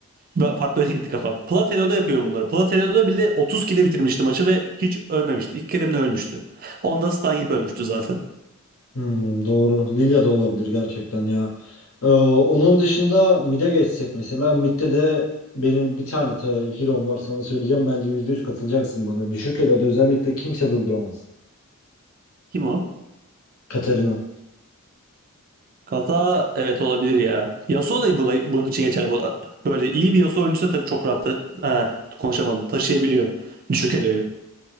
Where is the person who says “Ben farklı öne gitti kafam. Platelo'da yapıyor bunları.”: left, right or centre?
Right